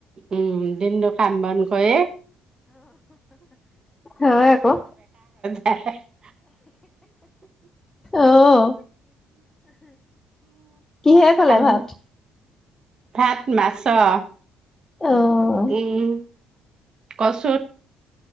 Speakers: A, on the right; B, on the left.
A: উম দিনটো কাম বন কৰে
B: অ হয় আকৌ
A: হ
B: আহ কিহে খালে
A: কাম
B: ভাত
A: ভাত মাছৰ
B: অহ
A: উম কচ